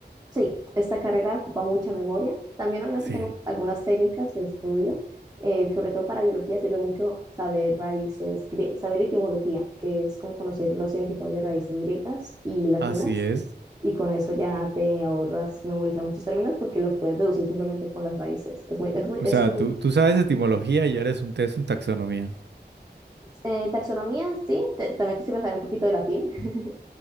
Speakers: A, on the right; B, on the right.
A: Sí, esta carrera ocupa mucha memoria. También obviamente
B: Sí.
A: tengo algunas técnicas de estudio. eh, sobre todo para biología sirve mucho saber raíces, grie- saber etimología, que es como conocer los significados de raíces griegas y latinas.
B: Así es.
A: y con eso ya te ahorras memorizar muchos términos porque los puedes deducir simplemente con las raíces. Es muy, es muy,
B: O
A: es
B: sea,
A: Claro.
B: tú,
A: un,
B: tú sabes etimología y eres un test en taxonomía.
A: eh, taxonomía, sí, te- también te sirve saber un poquito de latín, <laughs>